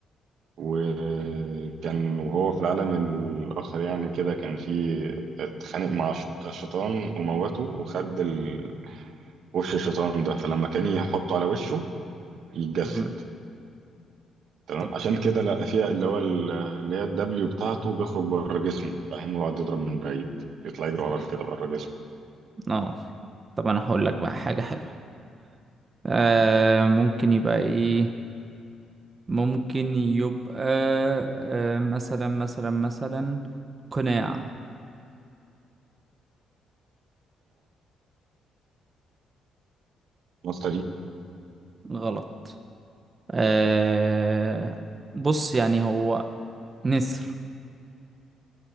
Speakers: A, on the right (about 70°); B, on the right (about 30°).
A: وكان وهو في العالم الآخر يعني كده كان في اتخانق مع ش- الشيطان وموته وخد ال... وش الشيطان ده فلما كان يحطه على وشه يتجسد
B: بالله أمم.
A: تمام
B: طب
A: عشان كده لقى فيها اللي هو ال- اللي هي الدبليو بتاعته بيخرج بره جسمه فاهم ويقعد يضرب من بعيد يطلع يجري وراك كده بره جسمه
B: اه طب انا هقول لك بقى حاجة حلوة آه ممكن يبقى ايه ممكن يبقى آه مثلا مثلا مثلا قناع
A: الناس دي
B: غلط آه بص يعني هو نسر